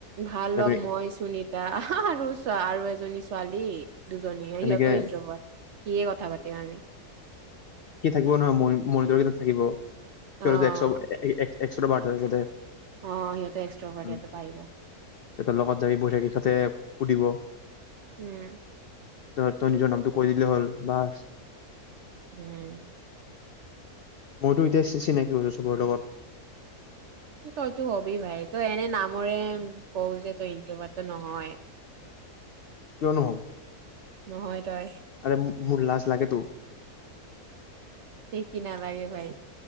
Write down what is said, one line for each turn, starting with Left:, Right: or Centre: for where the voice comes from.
Right: ভাল
Left: যাবি
Right: লগ, মই, সুনীতা, আৰু, আৰু এজনী ছোৱালী। দুজনীয়ে।
Left: এনেকে
Right: সিহঁতো ইণ্ট্ৰ'ভাৰ্ট। কিয়েই কথা পাতিম আমি
Left: পুৰণা, মই, মৰিগাঁৱৰকেইটা থাকিব
Right: অ
Left: <unintelligible> একশ এক এক্সট্ৰ'ভাৰ্ট হয়, সেইকেইটা
Right: অ সিহঁতে এক্সট্ৰভাৰ্ট
Left: উম,
Right: সিহঁতে পাৰিব
Left: সিহঁতৰ লগত যাবি, বহি থাকিবি। সিহঁতে সুধিব
Right: উম।
Left: ত', তই নিজৰ নামটো কৈ দিলে হ'ল বাছ
Right: উম।
Left: মইতো এতিয়া চিনাকি হৈছোঁ, চবৰে লগত
Right: তইতো হবি, ভাই। তই এনে নামৰে কও যে, তই ইণ্ট্ৰ'ভাৰ্ট, বাট, তই নহয়
Left: কিয় নহ'ম
Right: নহয় তই
Left: আৰে মোৰ লাজ লাগে, তো
Right: এ, কি নালাগে, ভাই